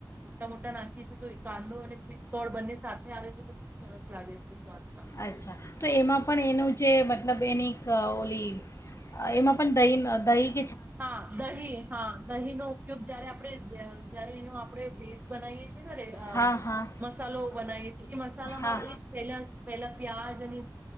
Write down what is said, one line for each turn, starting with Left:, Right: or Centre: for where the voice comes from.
Right: મોટા-મોટા નાખીએ છીએ તો કાંદો અને પિત્તોળ બંને સાથે આવે છે તો બહુ સરસ લાગે છે. સ્વાદમાં
Left: અચ્છા તો એમાં પણ એનું જે મત મતલબ એની ક ઓલી એમાં પણ દહીં દહી.
Right: હા દહીં હા દહીં નો ઉપયોગ જયારે આપણે જ જ્યારે એનો આપડે ભેસ બનાઈએ છી <unintelligible> અહ
Left: હા હા
Right: મસાલો બનાઈએ ઈ મસાલામાં
Left: હા
Right: એજ પહેલા, પહેલા પ્યાજ અને